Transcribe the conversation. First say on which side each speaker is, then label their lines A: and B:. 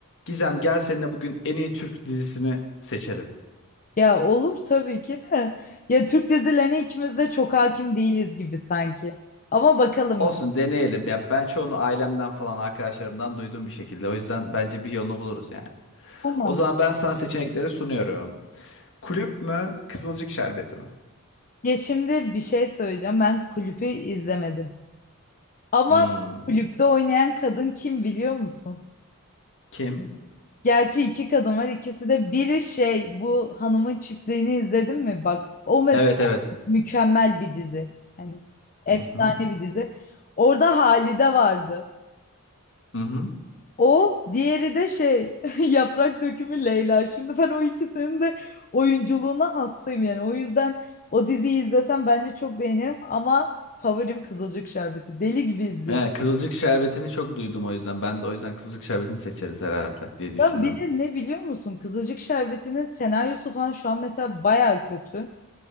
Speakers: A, on the left; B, on the left.
A: Gizem gel seninle bugün en iyi Türk dizisini seçelim.
B: Ya olur tabii ki de. Ya Türk dizilerine ikimiz de çok hakim değiliz gibi sanki. Ama bakalım.
A: Olsun deneyelim. Ya ben çoğunu ailemden falan arkadaşlarımdan duyduğum bir şekilde. O yüzden bence bir yolunu buluruz yani.
B: Tamam.
A: O zaman ben sana seçenekleri sunuyorum. Kulüp mü, Kızılcık Şerbeti mi?
B: Ya şimdi bir şey söyleyeceğim. Ben kulüpü izlemedim. Ama
A: Hmm,
B: kulüpte oynayan kadın kim biliyor musun?
A: Kim?
B: Gerçi iki kadın var. İkisi de biri şey bu hanımın çiftliğini izledin mi? Bak o mesela
A: Evet evet.
B: mükemmel bir dizi. Hani efsane
A: Hı hı.
B: bir dizi. Orada Halide vardı.
A: Hı hı.
B: O, diğeri de şey <laughs> yaprak dökümü Leyla. Şimdi ben o ikisinin de oyunculuğuna hastayım yani. O yüzden o diziyi izlesem bence çok beğenirim ama favorim Kızılcık Şerbeti. Deli gibi izliyorum.
A: Evet, Kızılcık Şerbeti'ni çok duydum o yüzden. Ben de o yüzden Kızılcık Şerbeti'ni seçeriz herhalde diye düşündüm.
B: Ben bir de ne biliyor musun? Kızılcık Şerbeti'nin senaryosu falan şu an mesela baya kötü.